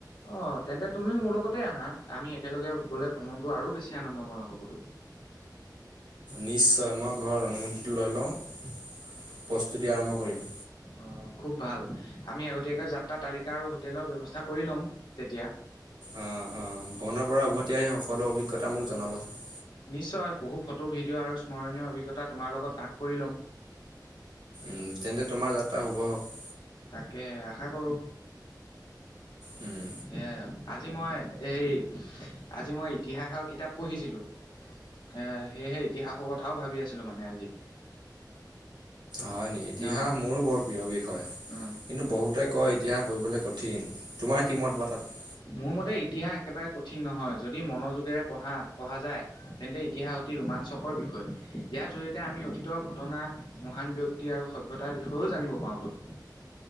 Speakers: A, on the left (about 85°); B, on the right (about 85°).
A: অ তেন্তে তুমিও মোৰ লগতে আহা আমি একেলগে গ'লে ভ্ৰমণটো আৰু বেছি আনন্দময় হ'বতো।
B: নিশ্চয় মই ঘৰৰ অনুমতিটো লৈ লওঁ প্ৰস্তুতি আৰম্ভ কৰিম।
A: অঁ খুব ভাল আমি আগতীয়াকৈ যাত্ৰা তালিকা আৰু হোটেলৰ ব্যৱস্থা কৰি ল'ম তেতিয়া।
B: অঁ অঁ ভ্ৰৱণৰ পৰা উভতি আহি সকলো অভিজ্ঞতা মোক জনাবাচোন।
A: নিশ্চয় বহু ফটো ভিডিঅ' আৰু স্মৰণীয় অভিজ্ঞতা তোমাৰ লগত ভাগ কৰি ল'ম।
B: উম তেন্তে তোমাৰ যাত্ৰা শুভ হওঁক।
A: তাকে আশা কৰোঁ
B: উম।
A: সেইয়া আৰু আজি মই হেৰি এই আজি মই ইতিহাসৰ কিতাপ পঢ়িছিলোঁ। এ সেয়েহে ইতিহাসৰ কথাও ভাবি আছিলো মানে আজি।
B: হয় নেকি ইতিহাস
A: অ
B: মোৰো বৰ প্ৰিয় বিষয়
A: অ
B: কিন্তু বহুতে কয় ইতিহাস পঢ়িবলৈ কঠিন। তোমাৰ কি মত বা তাত?
A: মোৰ মতে ইতিহাস একেবাৰে কঠিন নহয় যদি মনোযোগেৰে পঢ়া পঢ়া যায় তেন্তে ইতিহাস অতি ৰোমাঞ্চকৰ বিষয় ইয়াৰ জৰিয়তে আমি অতীতৰ ঘটনা মহান ব্যক্তি আৰু সভ্যতাৰ বিষয়েও জানিব পাৰওঁতো।